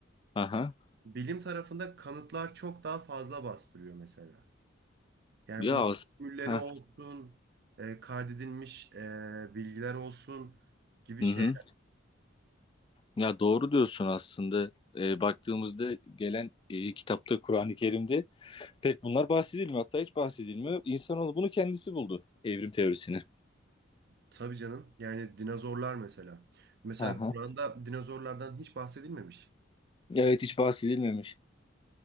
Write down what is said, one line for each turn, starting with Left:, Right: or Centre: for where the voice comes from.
Left: Aha.
Right: Bilim tarafında kanıtlar çok daha fazla bastırıyor mesela. Yani
Left: Ya
Right: bunun
Left: as-
Right: formülleri
Left: ha.
Right: olsun, e, kaydedilmiş e, bilgiler olsun gibi
Left: Hı
Right: şeyler.
Left: hı. Ya doğru diyorsun aslında. E, baktığımızda gelen e, kitapta Kur'an-ı Kerim'de Pek bunlar bahsedilmiyor. Hatta hiç bahsedilmiyor. İnsanoğlu bunu kendisi buldu. Evrim teorisini.
Right: Tabii canım. Yani dinozorlar mesela. Mesela
Left: Hı hı.
Right: Kur'an'da dinozorlardan hiç bahsedilmemiş.
Left: Evet hiç bahsedilmemiş.